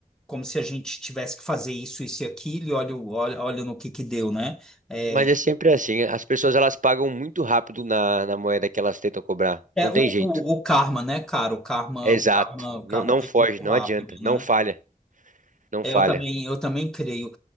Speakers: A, in the centre; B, on the right.
A: como se a gente tivesse que fazer isso, isso e aquilo, e olha, o- olha, olha no que que deu, né? É,
B: Mas é sempre assim. As pessoas elas pagam muito rápido na, na moeda que elas tentam cobrar.
A: é
B: Não
A: o,
B: tem jeito.
A: o, o karma, né, cara? O karma,
B: É exato.
A: o karma, o
B: Não,
A: karma
B: não
A: vem
B: foge,
A: muito
B: não
A: rápido,
B: adianta. Não
A: né?
B: falha, não
A: É,
B: falha.
A: Eu também, eu também creio.